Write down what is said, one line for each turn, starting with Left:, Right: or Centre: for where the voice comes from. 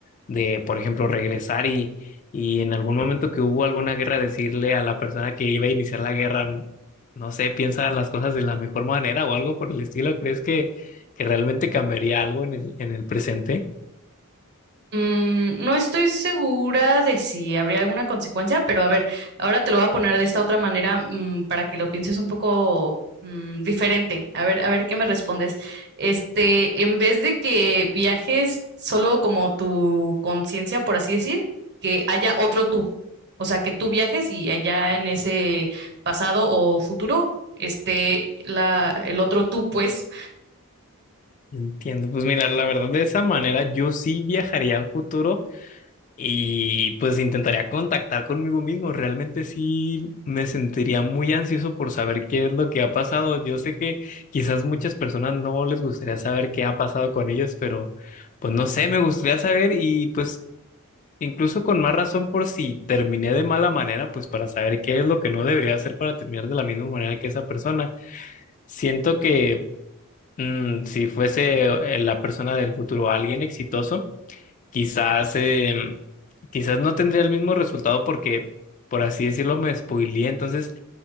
Left: de, por ejemplo, regresar y, y en algún momento que hubo alguna guerra decirle a la persona que iba a iniciar la guerra, no sé, piensa las cosas de la mejor manera o algo por el estilo? ¿Crees que, que realmente cambiaría algo en el, en el presente?
Right: Mm, no estoy segura de si habría alguna consecuencia, pero a ver, ahora te lo voy a poner de esta otra manera, mm, para que lo pienses un poco mm, diferente. A ver, a ver qué me respondes. Este, en vez de que viajes solo como tu conciencia, por así decir, que haya otro tú. O sea, que tú viajes y allá en ese pasado o futuro esté la, el otro tú, pues.
Left: Entiendo, pues mira, la verdad de esa manera yo sí viajaría al futuro Y pues intentaría contactar conmigo mismo. Realmente sí me sentiría muy ansioso por saber qué es lo que ha pasado. Yo sé que quizás muchas personas no les gustaría saber qué ha pasado con ellos, pero pues no sé, me gustaría saber y pues incluso con más razón por si terminé de mala manera, pues para saber qué es lo que no debería hacer para terminar de la misma manera que esa persona. Siento que mm, si fuese eh, la persona del futuro alguien exitoso, Quizás, eh, quizás no tendría el mismo resultado porque, por así decirlo, me spoileé, entonces